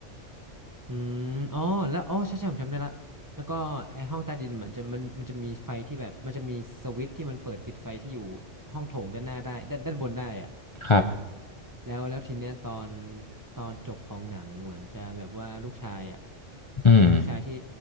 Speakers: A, on the right (about 20°); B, on the left (about 35°).
A: อืมอ๋อแล้วอ๋อใช่ใช่ผมจำได้ละแล้วก็ไอห้องใต้ดินมันจะมันมันจะมีไฟที่แบบมันจะมีสวิตช์ที่มันเปิดปิดไฟที่อยู่ห้องโถงด้านหน้าได้ด้านด้านบนได้อะ
B: ครับ
A: แล้วแล้วทีเนี้ยตอนตอนจบของหนังเหมือนจะแบบว่าลูกชายอะ
B: อืม
A: ลูกชายที่